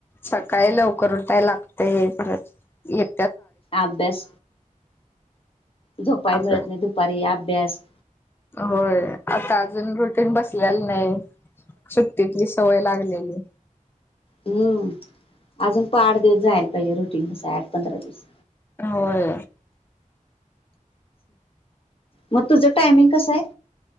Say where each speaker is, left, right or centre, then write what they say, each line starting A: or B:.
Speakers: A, on the left (about 15°); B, on the left (about 40°).
A: सकाळी लवकर उठाय लागतय परत एक
B: अभ्यास झोपाय
A: अभ्यास
B: मिळत नाही दुपारी अभ्यास
A: होय आता अजून रुटीन बसलेला नाही सुट्टीतली सवय लागली हो
B: हम्म अजून पआठ दिवस जायला पाहिजे रुटीन बसाय आठ पंधरा दिवस
A: हा होय
B: मग तुझं टायमिंग कस आहे